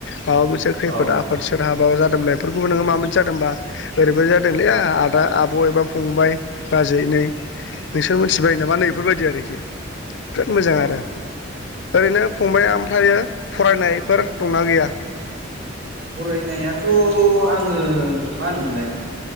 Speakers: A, on the left; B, on the right.
A: माबा मोनसे खैफोद
B: औ
A: आफोद सोरहाबा माबा जादोंलायफोरखौबो नोङो माब मोनसे जादोंबा ओरैबायदि जादोंलैया आदा आब' एबा फंबाय। बाजै नै नोंसोर मिथिबाय नामा
B: औ
A: नैफोरबायदि आरोखि। बिराद मोजां
B: औ
A: आरो ओरैनो फंबाया ओमफ्रायो फरायनायफोर दंना गैया
B: फरायनायाथ' आङो मा होनोमोनलाय